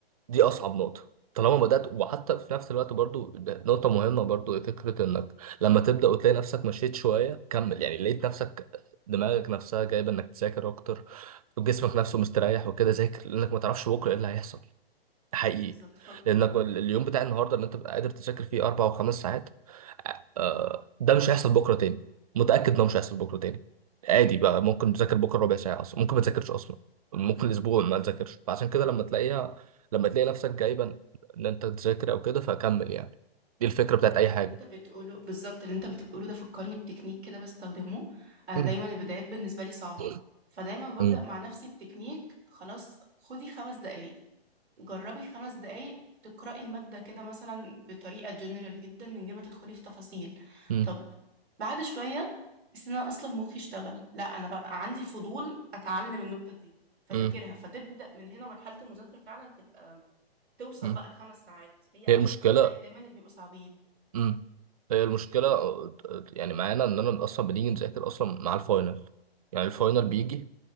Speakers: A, on the right; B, on the right.
A: دي اصعب نقطه طالما بدات وحتى في نفس الوقت برضو ده نقطه مهمه برضو فكره انك لما تبدا وتلاقي نفسك مشيت شويه كمل يعني لقيت نفسك دماغك نفسها جايبه انك تذاكر اكتر وجسمك نفسه مستريح وكده ذاكر لانك ما تعرفش بكره ايه اللي هيحصل حقيقي
B: بالظبط
A: لانك ال- اليوم بتاع النهارده اللي انت بتبقى قادر تذاكر فيه اربع وخمس ساعات آه، آه، ده مش هيحصل بكره تاني متاكد ده مش هيحصل بكره تاني عادي بقى ممكن تذاكر بكره ربع ساعه اصلا ممكن ما تذاكرش اصلا ممكن اسبوع ما تذاكرش فعشان كده لما تلاقيها لما تلاقي نفسك جايبا ان انت تذاكر او كده فكمل يعني دي الفكره بتاعت
B: انت
A: اي
B: اللي
A: حاجه
B: انت بتقوله بالظبط اللي انت بتقوله ده فكرني بتكنيك كده بستخدمه انا
A: مم.
B: دايما البدايات بالنسبه لي صعبه
A: مم.
B: فدايما ببدا
A: مم.
B: مع نفسي بتكنيك خلاص خدي خمس دقايق جربي خمس دقايق تقرأي المادة كده مثلا بطريقة جنرال جدا من غير ما تدخلي في تفاصيل
A: مم.
B: طب بعد شوية بس انا اصلا مخي اشتغل لا انا بقى عندي فضول اتعلم النقطة دي فذاكرها
A: مم.
B: فتبدأ من هنا مرحلة المذاكرة فعلا تبقى توصل
A: مم.
B: بقى الخمس ساعات هي اول
A: هي المشكله
B: خمس دقايق دايما اللي بيبقوا صعبين
A: امم هي المشكلة آه، يعني معانا إننا أصلا بنيجي نذاكر أصلا مع الفاينل يعني الفاينل بيجي